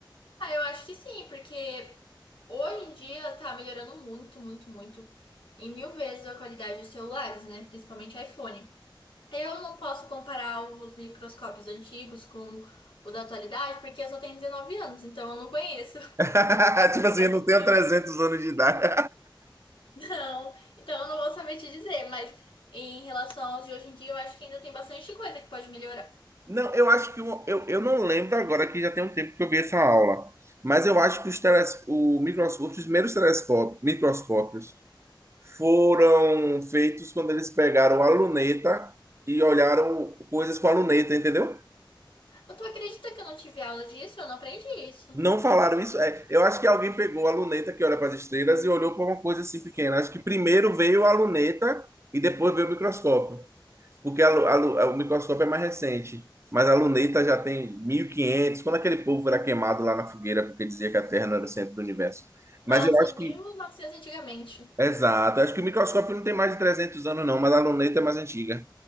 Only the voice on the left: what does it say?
Ah, eu acho que sim, porque hoje em dia tá melhorando muito, muito, muito. Em mil vezes a qualidade dos celulares, né? Principalmente iPhone. Eu não posso comparar os microscópios antigos com o da atualidade, porque eu só tenho 19 anos, então eu não conheço.
Mas
assim.
Não, então eu não vou saber te dizer, mas em relação aos de hoje em dia, eu acho que ainda tem bastante coisa que pode melhorar.
Eu Tu acredita que eu não tive aula disso? Eu não aprendi isso.
Nossa,
mil
e novecentos antigamente.